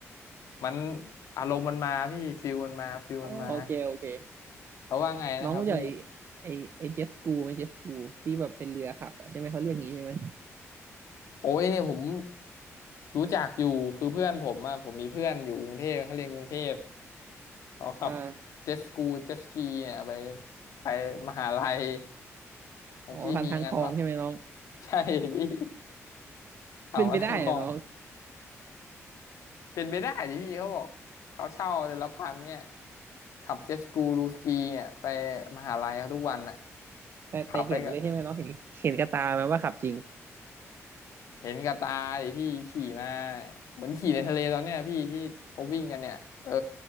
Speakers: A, on the left; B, on the right.
A: มันอารมณ์มันมาพี่ฟิลมันมาฟิลมันมา
B: อ๋อโอเคโอเค
A: แล้วว่าไงนะครับพี่
B: น้องรู้จักไอ้ไอ้ไอ้เจฟกูไหมเจฟกูที่แบบเป็นเรือขับอะใช่ไหมเขาเรียกงี้ใช่ไหม
A: โอ้ยเนี่ยผมรู้จักอยู่คือเพื่อนผมอะผมมีเพื่อนอยู่กรุงเทพเขาเรียนกรุงเทพเขาขับ
B: อ่า
A: เจ็ตสกูเจ็ตสกีเนี่ยไปไปมหาลัยของพี่มีงั้นป่ะ
B: อ๋อผ่านทางคลองใช่ไหมน้อง
A: ใช่พี่ <laughs> เขามาทั้งกอง
B: เป็นไปได้อะน้อง
A: เป็นไปได้ดิพี่เขาบอกเขาเช่าเดือนละพันเนี่ยขับเจ็ตสกูรูสกีเนี่ยไปมหาลัยเขาทุกวันอ่ะ
B: แต่แต่เห็นเลยใช่ไหมน้องเห็นเห็นกระตาไหมว่าขับจริง
A: ขับไปกับ เห็นกับตาดิพี่ขี่มาเหมือนขี่ในทะเลตอนเนี้ยพี่ที่เขาวิ่งกันเนี่ยเออ